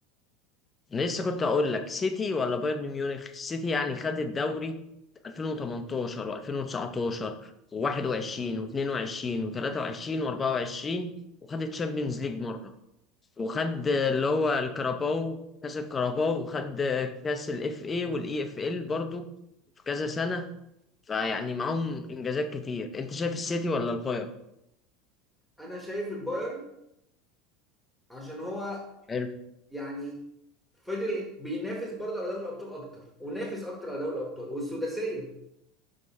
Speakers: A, on the left (about 15°); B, in the centre.
A: أنا لسه كنت اقول لك سيتي ولا بايرن ميونخ سيتي يعني خد الدوري 2018 و2019 و21 و22 و23 و24 وخد الشامبيونز ليج مره وخد اللي هو الكاراباو كاس الكاراباو وخد كاس الاف اي والاي اف ال برضو في كذا سنه فيعني معاهم انجازات كتير انت شايف السيتي ولا البايرن
B: أنا شايف البايرن عشان هو
A: حلو
B: يعني فضل بينافس برضه على دوري الأبطال أكتر ونافس أكتر على دوري الأبطال والسداسية